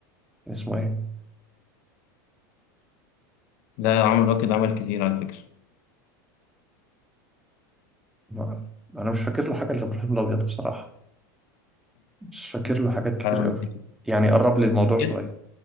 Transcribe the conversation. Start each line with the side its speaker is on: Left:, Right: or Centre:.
Centre: كان اسمه إيه؟
Left: لا عمرو راكد عمل كتير على فكرة
Centre: ما- أنا مش فاكر له حاجة إلا إبراهيم الأبيض بصراحة مش فاكر له حاجات كتير
Left: <laughs>
Centre: أوي يعني قرب لي الموضوع شوية
Left: اس-